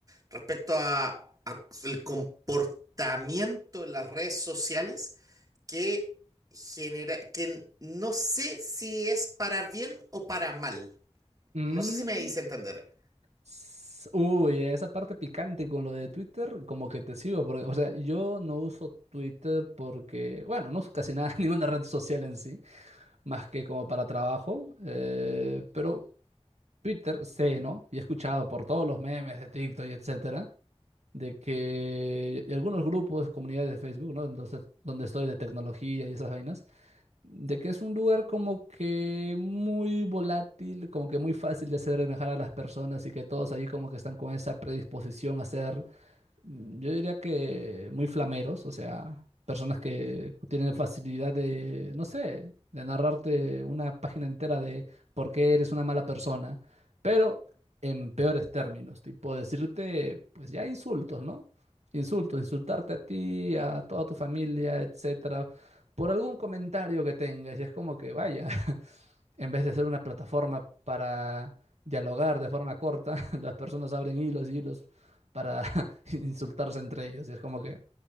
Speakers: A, on the right; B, on the right.
A: respecto a, a el comportamiento en las redes sociales que genera, que no sé si es para bien o para mal.
B: mm,
A: No sé si me hice entender.
B: s- Uy, esa parte picante con lo de Twitter, como que te sigo, porque, o sea, yo no uso Twitter porque, bueno, no uso casi nada, <laughs> ninguna red social en sí. más que como para trabajo, eh, pero Twitter sé, ¿no? Y he escuchado por todos los memes de TikTok y etcétera, de que y algunos grupos, comunidades de Facebook, ¿no? Entonces, donde estoy de tecnología y esas vainas, de que es un lugar como que muy volátil, como que muy fácil de hacer enojar a las personas y que todos ahí como que están con esa predisposición a ser Mm, Yo diría que muy flameros, o sea, personas que tienen facilidad de, no sé, de narrarte una página entera de por qué eres una mala persona, pero en peores términos, tipo decirte, pues ya insultos, ¿no? Insultos, insultarte a ti, a toda tu familia, etcétera, por algún comentario que tengas, y es como que vaya. <laughs> En vez de ser una plataforma para dialogar de forma corta, <laughs> las personas abren hilos y hilos para <laughs> insultarse entre ellos. Y es como que